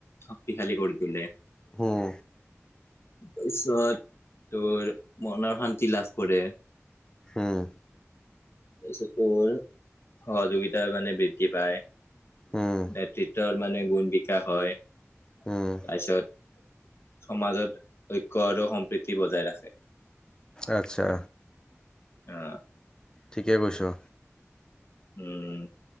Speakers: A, on the left; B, on the left.
A: শক্তিশালী কৰি তোলে।
B: উম।
A: তাৰ পিছত তোৰ মনৰ শান্তি লাভ কৰে
B: হম।
A: তাৰ পিছত তোৰ সহযোগিতাৰ মানে বৃদ্ধি পায়
B: উম
A: নেতৃত্বৰ মানে গুণ বিকাশ হয়। তাৰপিছত।
B: উম
A: সমাজত ঐক্য আৰু সম্প্ৰীতি বজাই ৰাখে।
B: আচ্ছা।
A: অ।
B: ঠিকে কৈছোঁ।
A: উম।